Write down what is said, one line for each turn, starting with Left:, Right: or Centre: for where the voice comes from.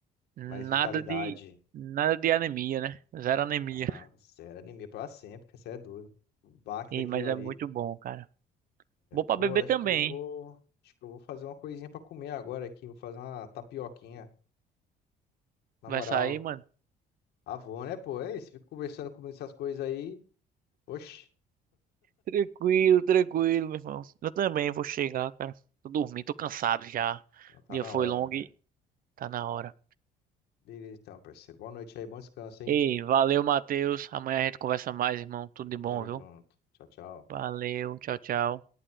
Right: nada
Left: mais vitalidade.
Right: de, nada de anemia, né? Zero anemia.
Left: Ah, zero anemia pra sempre, que você é doido. O baque
Right: Ih,
Left: daquilo
Right: mas
Left: ali.
Right: é muito bom, cara. Bom pra
Left: Pô,
Right: beber
Left: acho
Right: também,
Left: que eu vou.
Right: hein?
Left: Acho que eu vou fazer uma coisinha pra comer agora aqui. Vou fazer uma tapioquinha. Na
Right: Vai
Left: moral.
Right: sair, mano?
Left: Avô, né, pô? É isso, fica conversando comigo essas coisas aí. Oxi,
Right: Tranquilo, tranquilo, meu irmão. Eu também vou chegar, cara. Tô dormindo, tô cansado já.
Left: então tá
Right: O dia
Left: na
Right: foi
Left: hora
Right: longo
Left: já, né?
Right: e tá na hora.
Left: Beleza, então, parceiro. Boa noite aí, bom descanso, hein?
Right: Ei, valeu, Matheus. Amanhã a gente conversa mais, irmão. Tudo de bom,
Left: Tamo
Right: viu?
Left: junto. Tchau, tchau.
Right: Valeu, tchau, tchau.